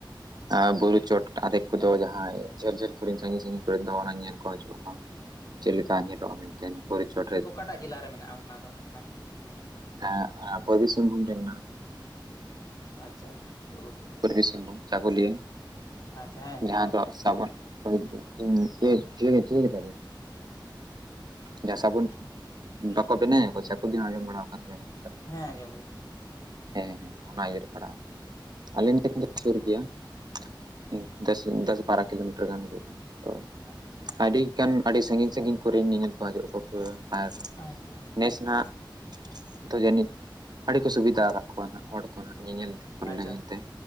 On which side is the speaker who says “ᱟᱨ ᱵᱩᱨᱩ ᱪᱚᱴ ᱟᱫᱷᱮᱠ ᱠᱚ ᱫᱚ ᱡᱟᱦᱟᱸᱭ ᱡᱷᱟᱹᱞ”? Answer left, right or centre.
Right